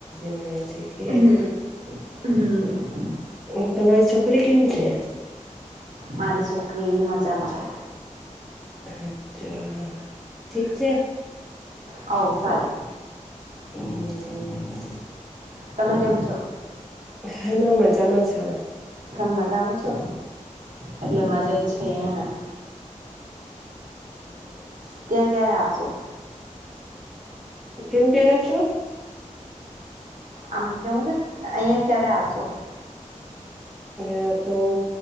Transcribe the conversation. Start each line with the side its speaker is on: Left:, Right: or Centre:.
Centre: બણાઈ છે કે
Right: હમ હમ
Centre: એમ તમારી છોકરી કેમ છે?
Right: મારી સોકરી મજામાં.
Centre: અચ્છા ઠીક છે.
Right: અઉ સારી
Centre: હમ્મ.
Right: તમે કેમ છો?
Centre: હાં મે મજામાં છેઉ
Right: તમ મજામાં છો એટલે
Centre: હમ
Right: મજા જ છે એમાં
Centre: <inaudible>
Right: ત્યાં ક્યારે આવશો?
Centre: કેમ પેરા છો
Right: આમ કેવું <unintelligible> અઈયા ક્યારે આવશો?
Centre: <unintelligible> તો